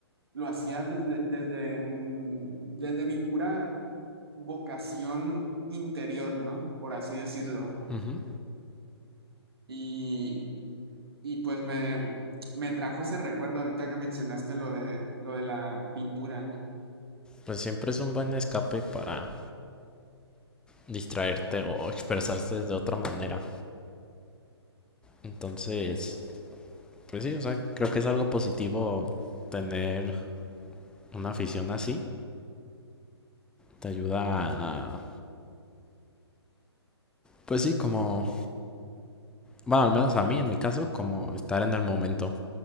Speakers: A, on the right; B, in the centre.
A: lo hacía desde, desde, mm, desde mi pura vocación interior, ¿no? Por así decirlo.
B: Ujú.
A: Y, y pues me, me trajo ese recuerdo ahorita que mencionaste lo de, lo de la pintura.
B: Pues siempre es un buen escape para distraerte o expresarse de otra manera. Entonces, pues sí, o sea, creo que es algo positivo tener una afición así. Te ayuda a, pues sí, como, bueno, al menos a mí en mi caso, como estar en el momento,